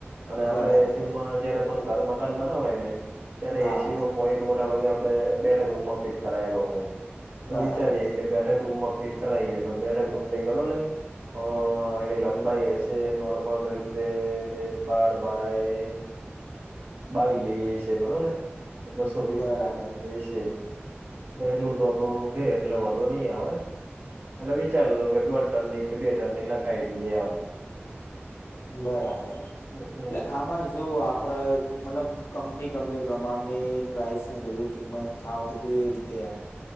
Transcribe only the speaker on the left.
બરાબર
હા
બરાબર
બરાબર
બરાબર.
એટલે આમાં જો આપડે મતલબ કંપની કંપની પ્રમાણની પ્રાઇસને બધું કિંમત આવાવ બધું એ રીતે